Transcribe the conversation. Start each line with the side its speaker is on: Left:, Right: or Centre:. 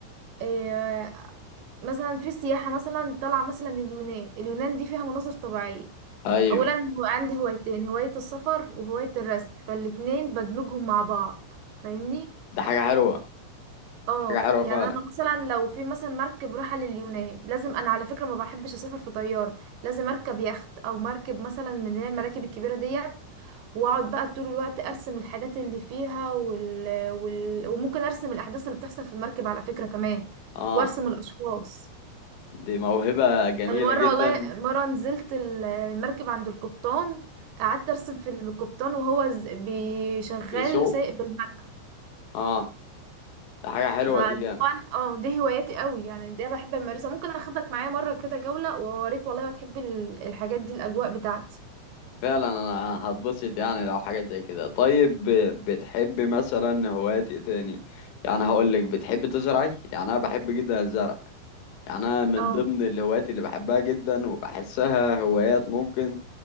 Right: آه، مثلا في سياحة مثلا طالعة مثلا من اليونان اليونان دي فيها مناظر طبيعية
Left: ايوه
Right: أولا هو عندي هوايتين هواية السفر وهواية الرسم فالاتنين بدمجهم مع بعض فاهمني؟
Left: ده حاجة حلوة
Right: اه
Left: حاجة حلوة
Right: يعني
Left: فعلا
Right: انا مثلا لو في مثلا مركب رايحة لليونان لازم انا على فكرة ما بحبش اسافر في طيارة لازم اركب يخت او مركب مثلا من اللي هي المراكب الكبيرة ديت واقعد بقى طول الوقت ارسم الحاجات اللي فيها وال... وال... وممكن ارسم الاحداث اللي بتحصل في المركب على فكرة كمان
Left: اه
Right: وارسم الاشخاص
Left: دي موهبة جميلة
Right: انا مره
Left: جدا
Right: والله مره نزلت ال- المركب عند القبطان قعدت ارسم في القبطان وهو ز- بيشغل
Left: بسوق
Right: سايق بالمركب
Left: اه ده حاجة حلوة
Right: فاللي
Left: دي جامد
Right: هو انا اه دي هواياتي قوي يعني دي بحب امارسها ممكن اخدك معايا مره كده جوله واوريك والله هتحبي ال- الحاجات دي الاجواء بتاعتي
Left: فعلا انا هتبسط يعني لو حاجة زي كده طيب ب- بتحب مثلا هوايات ايه تاني يعني هقول لك بتحب تزرعي يعني انا بحب جدا الزرع انا من
Right: اه
Left: ضمن الهوايات اللي بحبها جدا وبحسها هوايات ممكن